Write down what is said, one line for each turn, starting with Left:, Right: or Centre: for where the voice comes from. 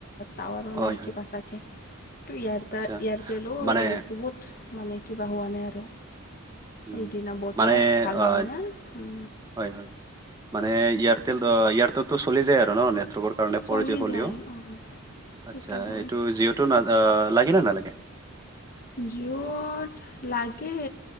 Left: তাৱাৰো
Right: হয়
Left: নাইকি
Right: হয়
Left: পাছাকৈ <unintelligible> এইয়াৰ
Right: আচ্ছা
Left: এয়াৰটেলো
Right: মানে
Left: বহুত মানে কিবা হোৱা নাই আৰু
Right: উম
Left: এইদিনা বতৰো
Right: মানে
Left: ভাল
Right: অ
Left: নহয় ন
Right: হয় হয় মানে এয়াৰটেল এয়াৰটেলটো চলি যায় আৰু ন নেটকৰ কাৰণ
Left: চলি
Right: ফ'ৰ জি হ'লে
Left: যায় অঁ সেইটো
Right: আচছা
Left: হয়
Right: এই জিঅ'টো <unintelligible> লাগে নে নালাগে
Left: জিঅ'ত লাগে